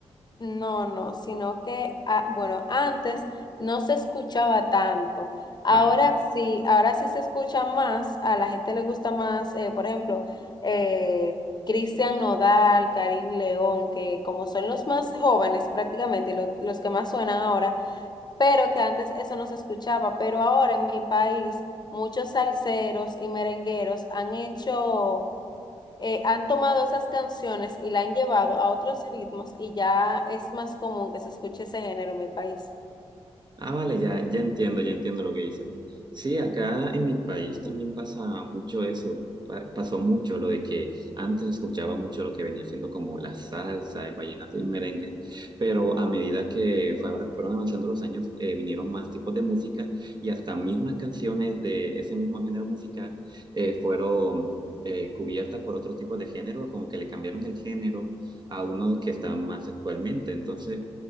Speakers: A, on the left; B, on the right.
A: No, no, sino que, ah, bueno, antes no se escuchaba tanto. Ahora
B: Vale.
A: sí, ahora sí se escucha más, a la gente le gusta más, eh, por ejemplo, eh, Cristian Nodal, Karim León, que como son los más jóvenes prácticamente, y lo- los que más suenan ahora, pero que antes eso no se escuchaba, pero ahora en mi país muchos salseros y merengueros han hecho eh, han tomado esas canciones y la han llevado a otros ritmos y ya es más común que se escuche ese género en mi país.
B: Ah, vale, ya, ya entiendo, ya entiendo lo que dices. Sí, acá en mi país también pasa mucho eso. pa- pasó mucho lo de que antes escuchaba mucho lo que venía siendo como la salsa, el vallenato y el merengue, pero a medida que fue abra- fueron avanzando los años, eh, vinieron más tipos de música y hasta mismas canciones de ese mismo género musical eh, fueron eh, cubiertas por otros tipos de género, como que le cambiaron el género a unos que están más actualmente. Entonces...